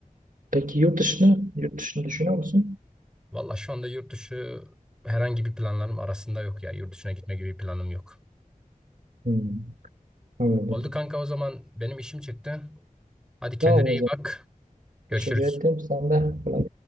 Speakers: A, on the right; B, in the centre.
A: Peki yurt dışını, yurt dışını düşünüyor musun?
B: Valla şu anda yurt dışı herhangi bir planlarım arasında yok ya. Yurt dışına gitme gibi bir planım yok.
A: Hmm. Anladım.
B: Oldu kanka o zaman benim işim çıktı. Hadi kendine
A: Tamam
B: iyi
A: o zaman.
B: bak. Görüşürüz.
A: Teşekkür ettim. Sen de kolay